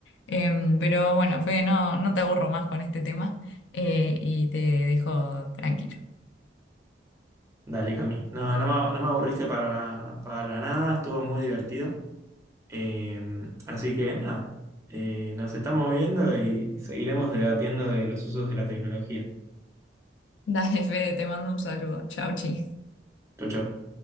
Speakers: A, on the left; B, on the right.
A: Em, pero bueno, Fede, no, no te aburro más con este tema eh, y te dejo tranquilo. <laughs>
B: Dale, Cami. No, no me, no me aburriste para, para nada, estuvo muy divertido. Eh, así que nada, eh, nos estamos viendo y seguiremos debatiendo de los usos de la tecnología.
A: Dale, Fede, te mando un saludo. Chau, chi.
B: Chau, chau.